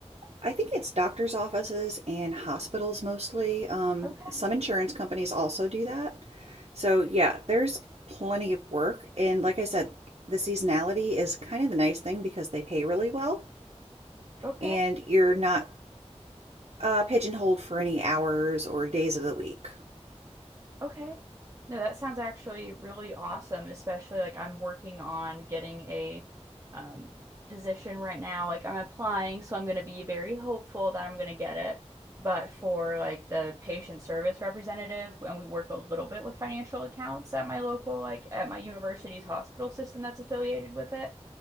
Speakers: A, on the right; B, on the right.
A: I think it's doctor's offices and hospitals mostly. Um,
B: Okay,
A: some insurance companies also do that. So, yeah, there's plenty of work. And like I said, the seasonality is kind of the nice thing because they pay really well
B: okay,
A: and you're not uh, pigeonholed for any hours or days of the week.
B: okay. No, that sounds actually really awesome, especially like I'm working on getting a um, position right now. Like I'm applying, so I'm going to be very hopeful that I'm going to get it. But for like the patient service representative, and we work a little bit with financial accounts at my local, like at my university's hospital system that's affiliated with it.